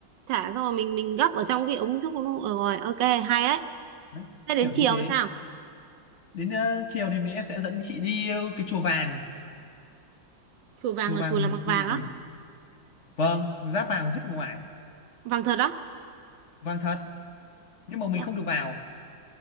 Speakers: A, on the right; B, on the left.
A: thả xong rồi mình mình gấp ở trong cái ống trúc luôn Ờ, rồi ok hay đấy
B: đấy,
A: thế đến
B: kiểu
A: chiều
B: như thế
A: thì sao
B: đến ờ, chiều thì mình em sẽ dẫn chị đi ờ, cái chùa vàng
A: chùa vàng
B: chùa
A: là
B: vàng
A: chùa làm bằng vàng
B: nổi
A: á
B: vâng giáp vàng hết ngoài
A: vàng thật á
B: vàng thật nhưng mà mình
A: Dạ.
B: không được vào